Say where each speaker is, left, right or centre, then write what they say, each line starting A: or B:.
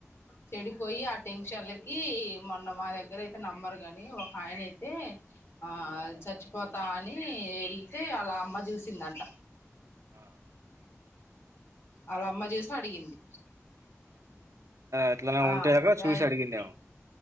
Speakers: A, on the left; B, on the right.
A: చెడిపోయి ఆ టెన్షన్లకి మొన్న మా దగ్గర అయితే నమ్మరు ని ఒక ఆయన అయితే ఆ చచ్చిపోతా అని వెళ్తే ఆల్ల అమ్మ చూసిందంట
B: ఆ
A: అల్ల అమ్మ చూసి అడిగింది
B: అట్లానే
A: ఆఐతే
B: ఉంటే చూసి అడిగిండేమో